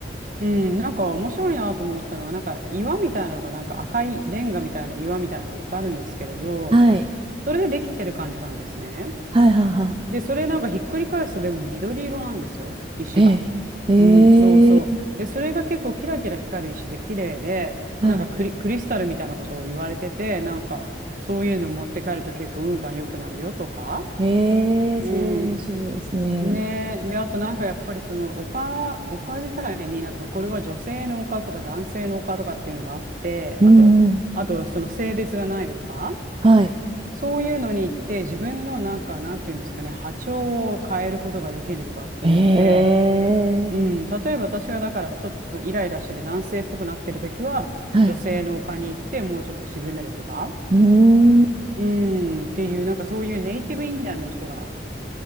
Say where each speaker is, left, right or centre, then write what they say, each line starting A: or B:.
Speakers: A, on the right; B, on the right.
A: うん、なんか面白いなと思ったのは、なんか岩みたいなのがなんか赤いレンガみたいな岩みたいなのがいっぱいあるんですけれど、
B: はい。
A: それでできてる感じなんですね。
B: はい、はい、は
A: で、それなんかひっくり返すとでも緑色なんですよ、石が。
B: い。へえ。へえ。
A: うん、そうそう。で、それが結構キラキラ光る石で綺麗で、
B: は
A: なんかクリ、クリスタルみたいなことを言われてて、なんかそういうの持って帰ると結構運が良くなるよとか。
B: い。へえ、
A: うん。
B: すごい面白いですね。
A: ねえ。で、あとなんかやっぱりその丘、丘自体になんかこれは女性の丘とか男性の丘とかっていうのがあって、
B: うんうん。
A: あと、あとその性別がない丘
B: はい。
A: そういうのに行って自分のなんかなんていうんですかね、波長を変えることができるとかっていうので、
B: へえ。
A: うん、例えば私がだからちょっとイライラしてて男性っぽくなってる時は女性の丘に行ってもうちょっと沈めるとか、
B: はい。うーん。
A: うん、っていうなんかそういうネイティブインディアンの人が